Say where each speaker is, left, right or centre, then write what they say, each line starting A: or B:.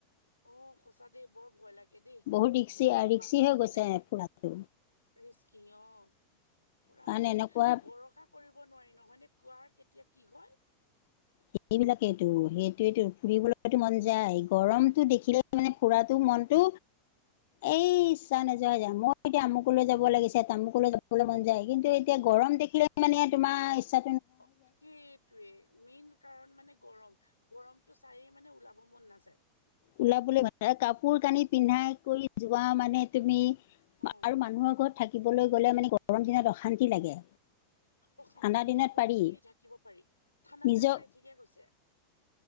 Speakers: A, on the left; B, on the left.
A: অ', সঁচা দেই, বৰ ভয় লাগে দেই,
B: বহুত ৰিক্সি
A: বা
B: ৰিক্সি
A: মানুহ
B: হৈ
A: মানে
B: গৈছে ফুৰাটো।
A: ৰিস্কি অ', পুৰা
B: কাৰণ
A: মানে
B: এনেকুৱা
A: ভৰসা কৰি কৰিব নোৱাৰি নহয় নে, কাৰ কেতিয়া কি হয়।
B: সেইবিলাকেইটো সেইটোৱেটো, ফুৰিবলেতো মন যায়, গৰমটো দেখিলে মানে ফুৰাটো
A: উম
B: মন তো এই ইচ্ছা নোযোৱা হৈ যায়, মই এতিয়া আমুকলৈ যাব লাগিছে, তামুকলৈ যাব লে মন যায়, কিন্তু এতিয়া
A: উম
B: গৰম দেখিলে মানে তোমাৰ ইচ্ছা
A: অ', কি টোয়ে, মেইন কাৰণ মানে গৰম, গৰমটো চায়ে মানে ওলাব মন নাযায়।
B: ওলাবলে <unintelligible> আৰু কাপোৰ কানি পিন্ধাই কৰি যোৱা মানে তুমি
A: অ
B: আৰু মানুহৰ ঘৰত থাকিবলৈ গ'লে মানে গৰম দিনত অশান্তি লাগে।
A: অশান্তি
B: ঠাণ্ডা
A: নিজৰ
B: দিনত
A: ঘৰত
B: পাৰি
A: ফ্ৰীলি থাকিব পাৰি, ঠাণ্ডা
B: নিজৰ
A: দিনত পাৰি ঠিকে কৈছে।